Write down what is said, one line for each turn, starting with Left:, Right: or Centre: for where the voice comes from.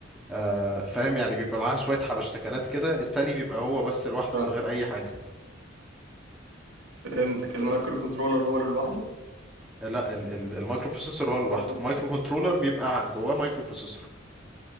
Centre: آه، فاهم يعني بيبقى معاها شوية حبشتكنات كده التاني بيبقى هو بس لوحده
Right: اه
Centre: من غير أي حاجة
Right: فهمتك المايكرو كنترولر هو اللي لوحده
Centre: آه، لا ال- ال- المايكرو بروسيسور هو لوحده
Right: المايكرو
Centre: المايكرو كنترولر بيبقى جواه مايكرو بروسيسور